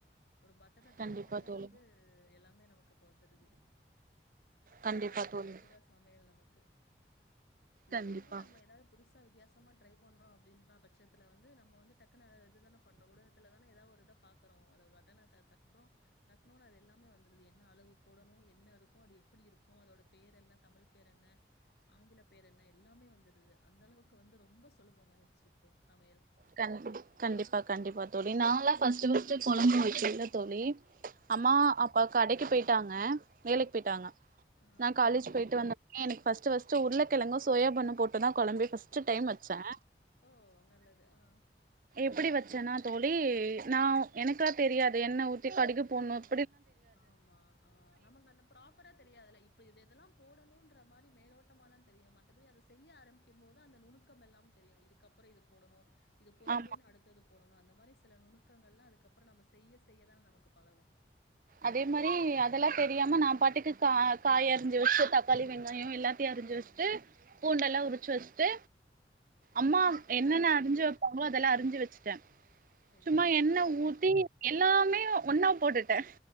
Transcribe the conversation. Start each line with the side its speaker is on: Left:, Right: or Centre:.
Left: ஒரு பட்டன தட்டனோடையே
Right: கண்டிப்பா தோழி
Left: வந்து எல்லாமே நமக்குப்ப வந்துடூது
Right: கண்டிப்பா
Left: சோ அந்த
Right: தோழி
Left: அளவுக்கு தான் சமையல் நமக்கு து இப்பயுமே
Right: கண்டிப்பா
Left: நம்ம ஏதாவது புதுசா வித்தியாச நம்மே ட்ரை பண்றோம் அப்படின்ற பட்சத்துல வந்து நம்ம வந்து டக்குனு இதுத பண்றோம் உலகத்துல தான ஏதாவ ஒரு இத பாக்றோம் அத பட்டன தட்றோம் தட்ன ஓடனே எல்லாமே வந்துடுது என்ன அளவு போடணும் என்ன இருக்கும் அது எப்படி இருக்கும் அதோட பெர் என்ன தமிழ் பேர் என்ன ஆங்கில பேர் என்ன எல்லாமே வந்துருது அந்த அளவுக்கு வந்து ரொம்ப சுலபமாயிருச்சு இப்போ சமையல்
Right: கண்டிப் கண்டிப்பா கண்டிப்பா தோழி நாலாம் ஃபஸ்ட்டு ஃபஸ்ட்டு கொழம்பு வைக்கயில தோழி அம்மா
Left: சொல்லுங்க
Right: அப்பா கடைக்கு பெயிட்டாங்க வேலைக்கு
Left: சரி
Right: பெயிட்டாங்க
Left: ஆ
Right: நா
Left: ஆ
Right: காலேஜ்
Left: ஆ
Right: பெயிட்டு வந்தேனே எனக் ஃபர்ஸ்ட் ஃபர்ஸ்ட் உருளகெழங்கும் சோயா பன்னும் போட்டு தான் கொழம்பே <unintelligible> டைம் வச்சன்
Left: ஓ நல்லது ஆ
Right: எப்படி வச்சன்னா தோழி நான எனக்கா தெரியாது எண்ண ஊத்தி கடுகு போட்ணும்
Left: ஆமா ஆ ஆ நமங் அந்த ப்ராப்பரா தெரியாதுல இப்ப இது இதெல்லாம் போடணும் என்ற மாதிரி மேலோட்டமா தான் தெரியும் அப்படி அத செய்ய ஆரம்பிக்கும் போது அந்த நுனுக்கு <unintelligible> தெரியும் இதுக்கப்புறம் இது போடணும் இது பொரிஞ்சோன்ன
Right: ஆமா
Left: அடுத்தது போடணும் அந்த மாரி சில நுணுக்கங்கலாம் அதுக்கப்புறம் நம்ம செய்ய செய்யதான நமக்கு பழகும்
Right: அதே மாரி அதெல்லா தெரியாம நான பாட்டுக்கு கா காய் அரிஞ்சு வச்சு தக்காளி வெங்காயம் எல்லாத்தையும் அரிஞ்சு வச்சுட்டு பூண்டல்லாம் உரிச்சு வெச்சுட்டு
Left: சரி,
Right: அம்மா என்னன்ன அறிஞ்சு வெப்பாங்களோ எல்லாம் அறிஞ்சு வெச்சுட்டேன்
Left: சரி.
Right: சும்மா எண்ணெ ஊத்தி எல்லாமே ஒன்னா போட்டுட்டே